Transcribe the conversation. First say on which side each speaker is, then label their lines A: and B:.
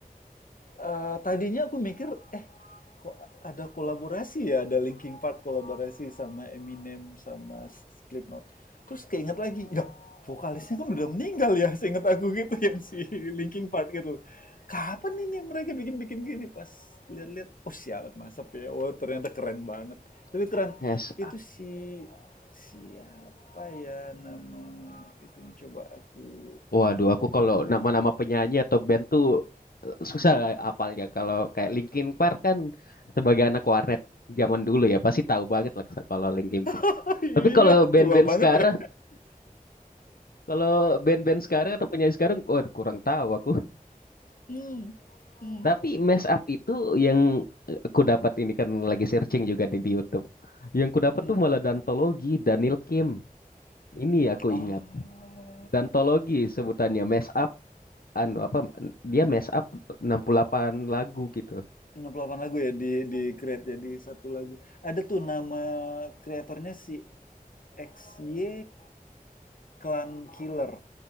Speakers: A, on the left (about 65°); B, on the left (about 80°).
A: Eh, tadinya aku mikir, eh kok ada kolaborasi ya, ada Linkin Park kolaborasi sama Eminem sama Slipknot. Terus keinget lagi, ya vokalisnya kan udah meninggal ya, seinget aku gitu <laughs> yang si Linkin Park gitu. Kapan ini mereka bikin-bikin gini pas lihat-lihat, oh sialan masap ya, oh ternyata keren banget. Tapi keren,
B: yes
A: itu si siapa ya nama itunya coba aku. <laughs>
B: waduh aku kalau nama-nama penyanyi atau band tuh eh, susah apalnya kalau kayak Linkin Park kan sebagai anak warnet zaman dulu ya pasti tahu banget lah kalau Linkin Park
A: Oh iya,
B: tapi kalau band-band
A: tua banget
B: sekarang
A: ya.
B: kalau band-band sekarang atau penyanyi sekarang oh, kurang tahu aku
A: Hmm. Hmm.
B: Tapi mess up itu yang aku dapat ini kan lagi searching juga nih di YouTube. Yang ku dapat
A: Hmm.
B: tuh malah Dantologi, Daniel Kim. Ini aku ingat.
A: Oh,
B: Dantologi sebutannya mess up anu apa dia mess up 68 lagu gitu.
A: 68 lagu ya di di create jadi satu lagu. Ada tuh nama kreatornya si X Y Clan Killer.